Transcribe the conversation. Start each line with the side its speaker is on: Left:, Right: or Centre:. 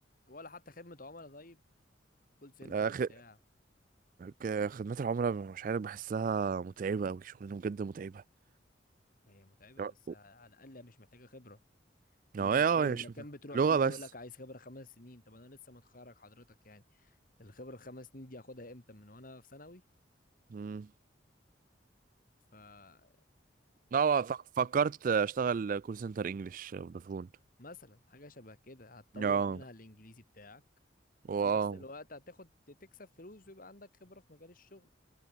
Left: ولا حتى خدمة عملاء طيب كول سنتر
Right: أخ...
Left: بتاع
Right: ك- خدمات العملاء مش عارف بحسها متعبة أوي شغلانة بجد متعبة
Left: هي متعبة
Right: اه
Left: بس على الأقل مش محتاجة خبرة دلوقتي
Right: اه
Left: انت اي
Right: هي مش
Left: مكان
Right: متعبة
Left: بتروح
Right: لغة
Left: فيه بيقول
Right: بس
Left: لك عايز خبره خمس سنين طب انا لسه متخرج حضرتك يعني الخبره الخمس سنين دي هاخدها امتى من وانا في ثانوي
Right: مم.
Left: فهو
Right: لا هو فك- فكرت أشتغل كول سنتر إنجلش فودافون
Left: مثلا حاجه شبه كده هتطور
Right: اه
Left: منها الانجليزي بتاعك وفي
Right: واو
Left: نفس الوقت هتاخد تكسب فلوس ويبقى عندك خبره في مجال الشغل